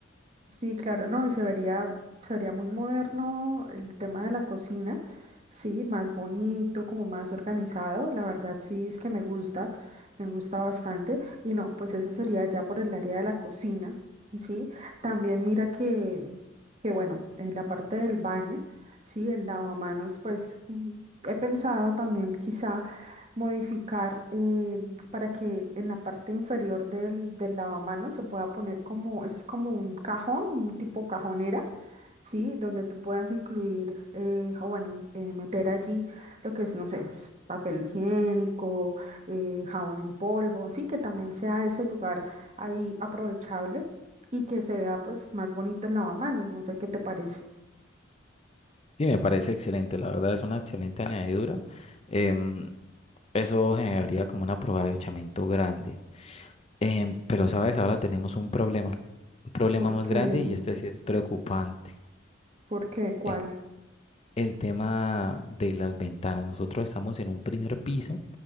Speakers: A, on the right; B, on the left.
A: Sí, claro, no, y se vería, se vería muy moderno el tema de la cocina, sí, más bonito, como más organizado, la verdad sí es que me gusta, me gusta bastante, y no, pues eso sería ya por el área de la cocina, sí, también mira que, que bueno, en la parte del baño, sí, el lavamanos, pues mm, he pensado también quizá modificar eh, para que en la parte inferior del, del lavamanos se pueda poner como, es como un cajón, un tipo cajonera, ¿sí? Donde tú puedas incluir, eh, o bueno, eh, meter allí lo que es, no sé, es papel higiénico, eh, jabón en polvo, sí, que también sea ese lugar ahí aprovechable y que se vea pues más bonito el lavamanos, no sé qué te parece.
B: Sí, me parece excelente, la verdad es una excelente añadidura. Em, eso generaría como un aprovechamiento grande. Em, pero sabes, ahora tenemos un problema, un problema
A: porque
B: más grande y este sí es preocupante.
A: porque ¿Cuál?
B: Eh, el tema de las ventanas. Nosotros estamos en un primer piso